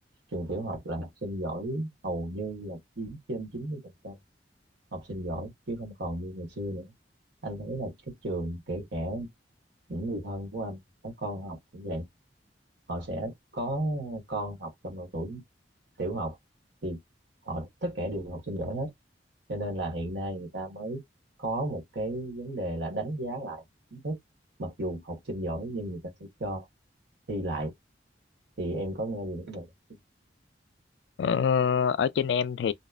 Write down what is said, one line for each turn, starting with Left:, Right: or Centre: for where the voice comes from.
Right: trường tiểu học là học sinh giỏi hầu như là chiếm trên 90% học sinh giỏi chứ không còn như ngày xưa nữa anh thấy là các trường kể cả những người thân của anh có con học cũng vậy họ sẽ có con học trong độ tuổi tiểu học thì họ tất cả đều học sinh giỏi hết cho nên là hiện nay người ta mới có một cái vấn đề là đánh giá lại kiến thức mặc dù học sinh giỏi nhưng người ta sẽ cho thi lại thì em có nghe về vấn đề đó.
Left: Ờ, ở trên em thì